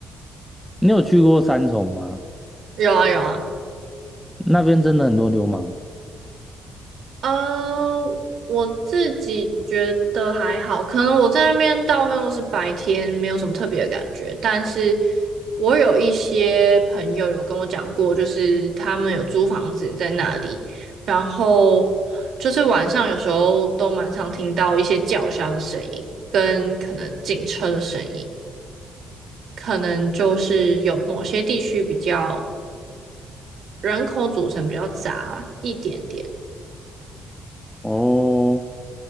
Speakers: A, in the centre; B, on the right.
A: 你有去过三重吗？
B: <laughs> 有啊有啊，
A: 那边真的很多流氓
B: 呃，我自己觉得还好，可能我在那边大部分都是白天，没有什么特别的感觉。但是我有一些朋友有跟我讲过，就是他们有租房子在那里，然后就是晚上有时候都蛮常听到一些叫嚣的声音，跟可能警车的声音，可能就是有某些地区比较人口组成比较杂一点点。
A: 哦。